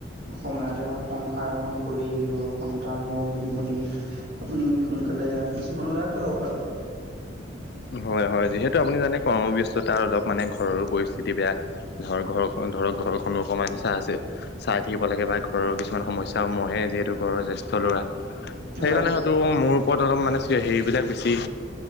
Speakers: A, on the right; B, on the left.
A: সময়তে সংসাৰ এখন কৰি সন্তানো জন্ম দি আপুনি সোনকালে জীৱনত আগবাঢ়ক আৰু
B: হয় হয় যিহেতু আপুনি জানে কৰ্মব্যস্ততা অলপ মানে ঘৰৰো পৰিস্থিতি বেয়া ধৰ ঘৰ খন ধৰক ঘৰখনো অকমান চা আছে চাই থাকিব লাগে বা ঘৰৰ কিছুমান সমস্যা মইয়ে যিহেতু ঘৰৰ জ্যেষ্ঠ ল'ৰা সেইকাৰণে
A: হয় হয়
B: হয়টো মোৰ ওপৰত অলপ মানে চে হেৰি বিলাক বেছি